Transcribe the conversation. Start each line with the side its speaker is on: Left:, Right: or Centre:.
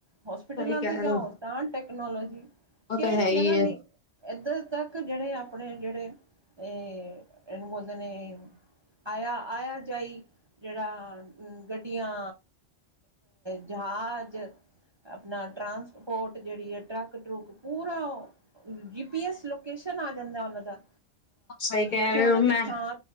Right: ਹੋਸਪਿਟਲਾਂ
Left: ਸਹੀ ਕਹਿ
Right: ਤੇ ਜਾਓ
Left: ਰਹੇ ਹੋ
Right: ਤਾਂ ਟੈਕਨੋਲੋਜੀ,
Left: ਉਹ
Right: ਕੇੜੀ
Left: ਤਾਂ ਹੈ ਹੀ
Right: ਜਗਾ ਨਈ
Left: ਹੈ
Right: ਏਦਰ ਤੱਕ ਜੇੜੇ ਅਪਨੇ ਜੇੜੇ ਏ ਏਨੂੰ ਬੋਲਦੇ ਨੇ ਆਯਾ, ਆਯਾ-ਜਾਈ ਜੇੜਾ ਗੱਡੀਆਂ ਜਹਾਜ ਅਪਨਾ ਟਰਾਂਸਪੋਰਟ ਜੇੜੀ ਆ ਟ੍ਰਕ ਟੁਰਕ ਪੂਰਾ ੳਹ ਜੀ ਪੀ ਐਸ ਲੋਕੇਸ਼ਨ ਆ ਜਾਂਦਾ ੳਨਾ ਦਾ,
Left: ਸਹੀ ਕਹਿ
Right: ਜਿੱਥੇ
Left: ਰਹੇ
Right: ੳਨਾ
Left: ਹੋ
Right: ਦੀ
Left: ਮੈਂ
Right: ਥਾਂ